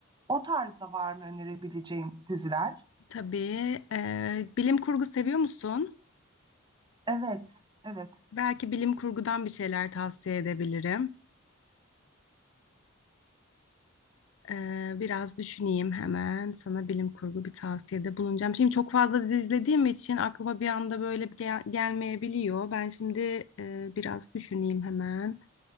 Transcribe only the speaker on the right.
o tarzda var mı önerebileceğin diziler?
Evet, evet.